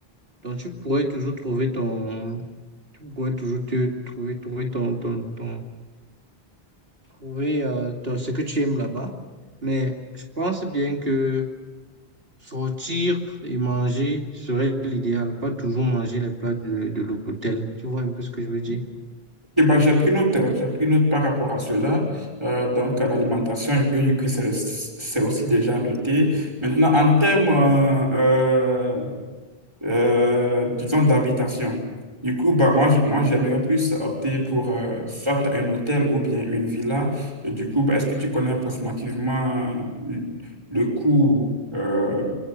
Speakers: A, on the right; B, on the right.
A: Donc, tu pourrais toujours trouver ton, tu pourrais toujours te trouver, trouver ton, ton, ton- trouver euh, ton- ce que tu aimes là-bas. Mais je pense bien que sortir et manger serait l'idéal, pas toujours manger les plats de, de l'hôtel. Tu vois un peu ce que je veux dire?
B: Eh ben, j'ai pris note, euh, j'ai pris note par rapport à cela. Euh, donc, à l'alimentation et puis du coup, c'est c'est aussi déjà noté. Maintenant, en termes euh, euh, euh, disons, d'habitation. Du coup, bah, moi, je- moi, j'aimerais plus opter pour euh, soit un hôtel ou bien une villa. Et du coup, bah, est-ce que tu connais approximativement le le coût euh,